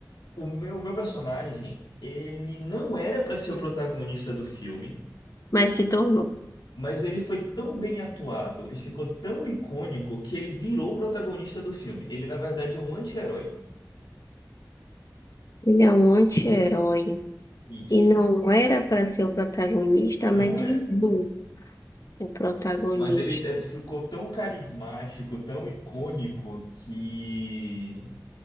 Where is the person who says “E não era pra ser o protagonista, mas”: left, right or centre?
Left